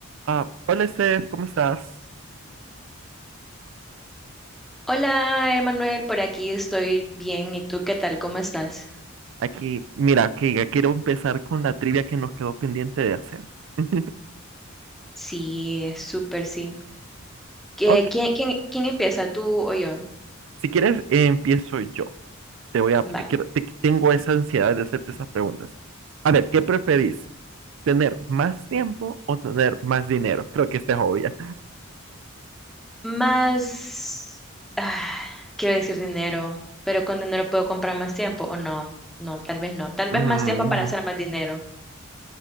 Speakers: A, on the right; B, in the centre.
A: Ah, hola Steph, ¿cómo estás?
B: Hola, Emanuel, por aquí estoy bien. ¿Y tú qué tal? ¿Cómo estás?
A: Aquí, mira, que ya quiero empezar con la trivia que nos quedó pendiente de hacer. <laughs>
B: Sí, súper sí. ¿Qué-
A: Ok,
B: quién, quién, quién empieza? ¿Tú o yo?
A: si quieres, eh, empiezo yo. Te voy a, te
B: Bye.
A: quiero, te- tengo esa ansiedad de hacerte esas preguntas. A ver, ¿qué preferís? ¿Tener más tiempo o tener más dinero? Creo que esta es obvia.
B: Más, ah, quiero decir dinero, pero con dinero puedo comprar más tiempo o no. No, tal vez no. Tal vez
A: Mm,
B: más tiempo para hacer más dinero.